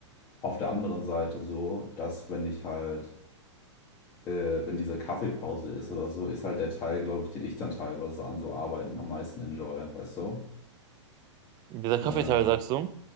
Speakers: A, on the left; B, on the right.
A: Auf der anderen Seite so, dass wenn ich halt äh, wenn diese Kaffeepause ist oder so, ist halt der Teil, glaube ich, den ich dann teilweise an so Arbeiten am meisten enjoy, weißt du?
B: Dieser Kaffeeteil,
A: Äh,
B: sagst du?